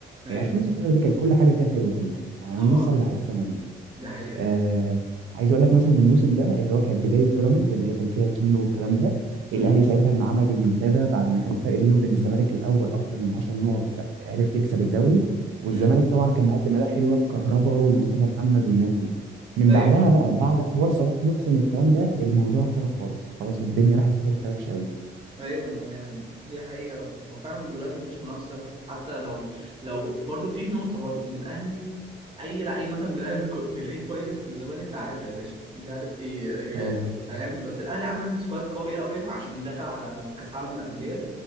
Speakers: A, on the right; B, on the right.
A: ايوه
B: يعني 2019 دي كانت كل حاجه فيها حلوه والله يعني
A: اه
B: انا لسه ارجع للسنه دي
A: دي حقيقه
B: آه عايز اقول لك مثلا الموسم ده اللي هو كانت بدايه بيراميدز اللي هي كان فيها كيلو والكلام ده الاهلي
A: امم
B: ساعتها لما عمل ريمونتادا بعد ما كان الفرق بينه وبين الزمالك الاول اكتر من 10 نقط عرف يكسب الدوري والزمالك
A: امم
B: طبعا كان مقدم اداء حلوه بكهربا ومصطفى محمد والناس دي من
A: ايوه
B: بعدها بقى بعد حوار صلاح محسن والكلام ده الموضوع اختلف خالص خلاص الدنيا راحت في حته وحشه قوي
A: ايوه ما هي دي حقيقة ما فعلا دلوقتي مفيش منافسة حتى لو لو برضو في نقطة برضو ان الاهلي اي لعيب مثلا بيلاقي <laughs> بيلاقيه كويس في الزمالك تعالى يا باشا مش عارف ايه جا-
B: اه
A: فاهم بس الاهلي عمل سكواد قوي قوي عشان دخل على كاس عالم الاندية